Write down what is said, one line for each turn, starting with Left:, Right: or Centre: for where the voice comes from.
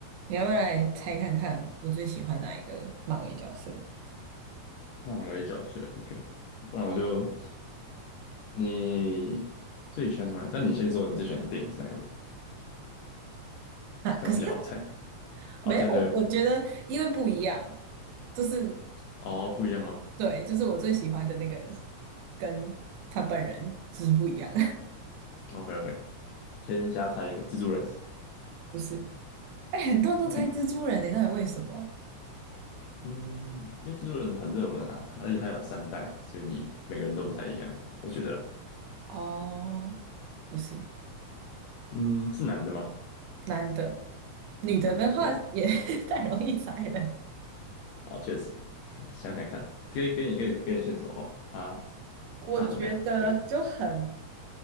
Right: 你要不要来猜看看我最喜欢哪一个漫威角色？
Left: 漫威角色，OK，不然我就你最喜欢的漫，那你先说你最喜欢的电影是哪一部，
Right: 啊，
Left: 这样我比较好猜。
Right: 可是 <laughs> 没有，
Left: 哦，这样就会
Right: 我觉得因为不一样，就是
Left: 哦不一样哦，
Right: 对，就是我最喜欢的那个
Left: 嗯
Right: 跟他本人就是不一样，
Left: ，OK OK，先瞎猜一个蜘蛛人。
Right: <laughs> 不是？哎、很多人都猜蜘蛛人呢、
Left: 但是
Right: 到底为什么？
Left: 嗯，因为蜘蛛人很热门啊，而且它有三代，所以你每个人都不太一样，我觉得啦
Right: 哦，不是，
Left: 嗯，是男的吗
Right: 男的，女的的话也
Left: ？OK，
Right: <laughs> 太容易猜了。
Left: 好，确实，OK，想想看，给给你给你给你线索好不好？他
Right: 我觉得就很，
Left: 他怎么样？你觉得